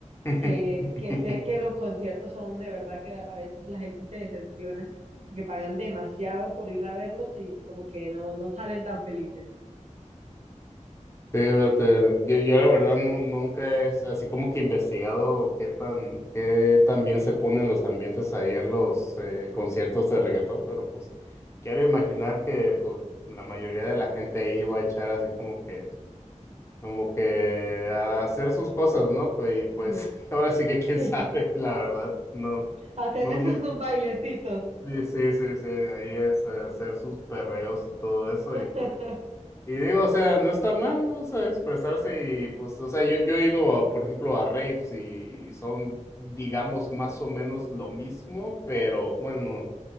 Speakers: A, on the left; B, on the right.
A: <laughs>
B: que, que sé que los conciertos son de verdad que a veces la gente se decepciona, que pagan demasiado por ir a verlos y como que no, no salen tan felices.
A: Sí, fíjate, yo, yo la verdad nu- nunca es así como que investigado qué tan, qué tan bien se ponen los ambientes ahí en los eh, conciertos de reggaetón, pero pues quiero imaginar que pues la mayoría de la gente ahí va a echar así como que, como que a hacer sus cosas, ¿no? Pues, y pues
B: Mm.
A: <laughs> ahora sí que quién
B: <laughs>
A: sabe, la verdad, no,
B: Hacerles
A: no, no,
B: esos bailecitos.
A: sí, sí, sí, sí, ahí es eh, hacer sus perreos y todo eso
B: <laughs>
A: y pues. Y digo, o sea, no está mal, ¿no? O sea, expresarse y pues, o sea, yo, yo he ido, a, por ejemplo, a rapes y son, digamos, más o menos lo mismo, pero bueno,